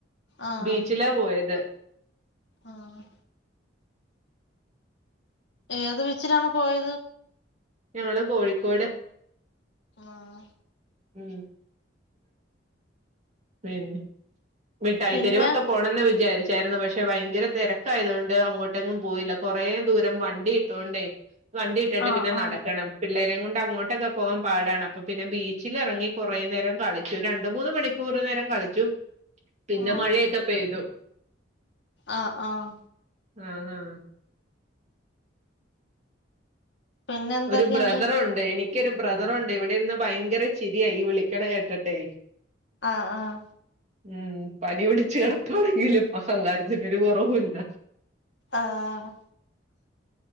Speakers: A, on the left; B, on the right.
A: ആഹ്
B: ബീച്ചിലാ പോയത്
A: ആഹ്. ഏത് ബീച്ചിലാണ് പോയത്.
B: ഞങ്ങള് കോഴിക്കോട്.
A: ആഹ്
B: ഉം പിന്നെ മിട്ടായി
A: പിന്നെ
B: തെരുവോക്കെ പോണെന്ന് വിചാരിച്ചായിരുന്നു. പക്ഷെ ഭയങ്കര തിരക്കായത് കൊണ്ട് അങ്ങോട്ടങ്ങും പോയില്ല. കുറെ ദൂരം വണ്ടി ട്ത്തൊണ്ടേ. വണ്ടി ഇട്ടിട്ട്
A: ആഹ്
B: പിന്നെ
A: ആഹ്
B: നടക്കണം. പിള്ളേരേം കൊണ്ട് അങ്ങോട്ടൊക്കെ പോകാൻ പാടാണ്. അപ്പ പിന്നെ ബീ ച്ചിലിറങ്ങി കുറേ നേരം കളിച്ചു. രണ്ട് മൂന്ന് മണിക്കൂർ നേരം കളിച്ചു. പിന്നെ
A: ആഹ്
B: മഴയൊക്കെ പെയ്തു.
A: ആഹ്! ആഹ്!
B: ആഹ്! ആഹ്!
A: പിന്നെ എന്തൊക്കെയുണ്ട്
B: ഒരു ബ്രദറുണ്ട്. എനിക്കൊരു ബ്രദറുണ്ട്. ഇവിടെ ഇരുന്ന് ഭയങ്കര ചിരിയാ ഈ വിളിക്കണ കേട്ട്ട്ടെ.
A: ആഹ്! ആഹ്!
B: ഉം... പനി പിടിച്ച് കിടപ്പാണെങ്കിലും അഹങ്കാരത്തിനൊരു കുറവു ല്ല.
A: ആഹ്!